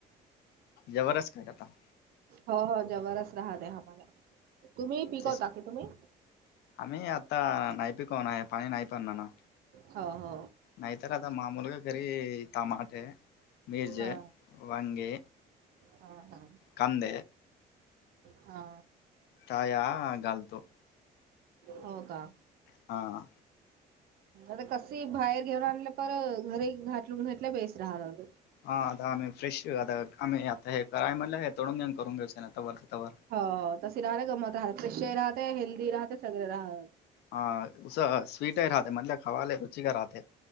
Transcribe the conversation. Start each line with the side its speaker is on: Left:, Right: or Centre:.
Left: जबरस्त खय काता
Right: हो हो जवरच राहात आम्हाला तुम्ही पिकवता
Left: तेच
Right: की तुम्ही
Left: आम्ही आता नाही पी कोण आहे पाणी नाही पणणार ना
Right: हो हो.
Left: नाहीतर आता मामूल का घरी तमाटे मीर्ज
Right: हा.
Left: वंगी
Right: हा हा
Left: कंद
Right: हा
Left: ताया घाल तो
Right: हो का
Left: हां
Right: आता कस बाहेर घेऊन आणलं पर घरी घाटलून घातल्या बेस राहत
Left: हा आता आम्ही फ्रेश आता आम्ही आता हे कराय म्हणलं हे तोडून घेऊन करून घेऊच ना आता वर ववर
Right: हो तसे राहते गमत राहत फ्रेशही राहते हेल्दी राहते सगळे राह
Left: हा उ स्वीट आहे राहात म्हण खवाले रुचि का राहात